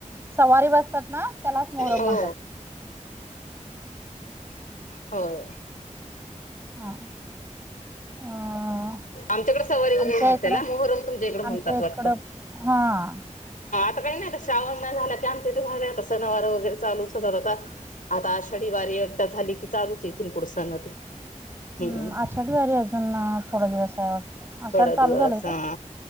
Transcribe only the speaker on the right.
सवारी बसतात ना त्यालाच मोहरम
म्हणतात
हा अ
आमच्या
इकडं
आमच्या इकडं
हा
हम् आषाढ वारी अजून थोडा दिवस आहे वाटतं आषाढ
चालू
झालंय
का